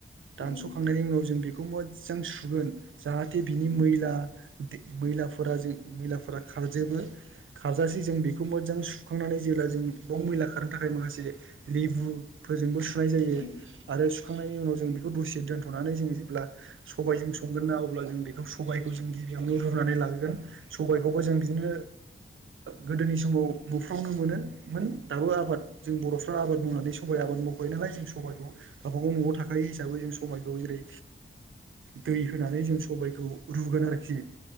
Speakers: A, on the right; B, on the left.
A: दानस'खांनायनि
B: ओम ओम
A: उनाव जों बेखौ मोजां सुगोन जाहाथे बिनि
B: ओम
A: मैला
B: ओम
A: मैलाफोरा जों मैलाफोरा खारजोबो खारजासे जों बेखौ मोजां सुखांनानै जेब्ला जों ब मैला खारनो थाखाय माखासे लेबुफोरजोंबो खुंनाय जायो
B: ओम
A: आरो सुखांनायनि उनाव जों बेखौ दसे दोनथ'नानै जों जेब्ला सबायजों संगोन ना अब्ला जों बेखौ सबायखौ जों गिबियावनो रुानै लाबोगोन सबायखौबो जों बिदिनो गोदोनि समाव न'फ्रावनो मोनोमोन दाबो आबाद जों बर'फ्रा आबाद मावनानै स'बाय आबाद माखायो नालाय सबायखौ गावबागाव न'आव थाखानाय हिसाबै जों सबायखौ जेरै दै होनानै जों सबाइखौ रुगोन आरोखि